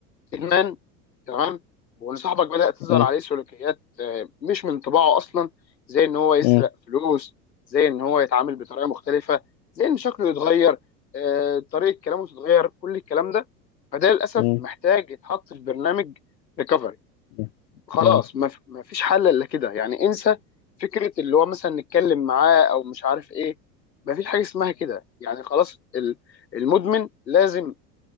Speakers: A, on the left; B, on the left.
A: ادمان تمام وان صاحبك بدأ تظهر
B: م-
A: عليه سلوكيات آه، مش من طباعه اصلا زي ان هو يسرق
B: م-
A: فلوس زي ان هو يتعامل بطريقه مختلفه زي ان شكله يتغير آه، طريقه كلامه تتغير كل الكلام ده فده للاسف
B: م-
A: محتاج يتحط في برنامج ريكفري
B: م-
A: خلاص
B: م-
A: ما ف- ما فيش حل الا كده يعني انسى فكره اللي هو مثلا نتكلم معاه او مش عارف ايه ما فيش حاجه اسمها كده يعني خلاص ال- المدمن لازم